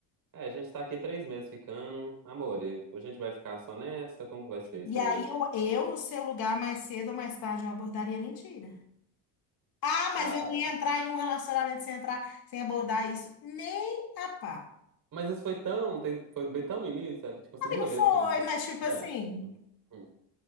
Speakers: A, on the right; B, on the left.
A: é, a gente tá aqui três meses ficando, amor, e a gente vai ficar só nessa? Como que vai ser?
B: E
A: Você...
B: aí eu, eu, no seu lugar, mais cedo ou mais tarde, eu abordaria a mentira. Ah, mas
A: Ah,
B: eu não ia entrar em um relacionamento sem entrar, sem abordar isso. Nem a pá.
A: mas isso foi tão, tem- foi bem tão no início, era tipo a segunda
B: Amigo, foi,
A: vez que a gente.
B: mas tipo assim,
A: É. Hum.